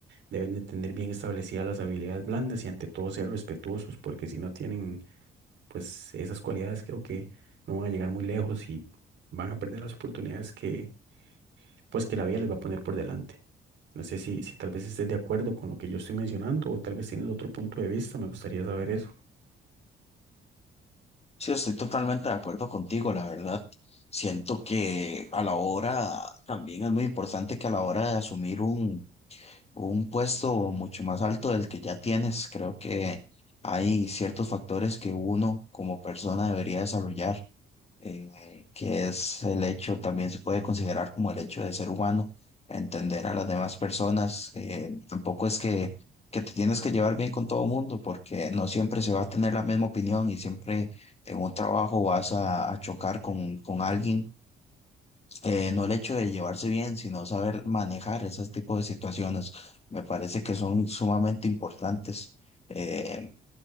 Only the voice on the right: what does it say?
deben de tener bien establecidas las habilidades blandas y ante todo ser respetuosos, porque si no tienen pues esas cualidades creo que no van a llegar muy lejos y van a perder las oportunidades que pues que la vida les va a poner por delante. No sé si, si tal vez estés de acuerdo con lo que yo estoy mencionando o tal vez tienes otro punto de vista, me gustaría saber eso.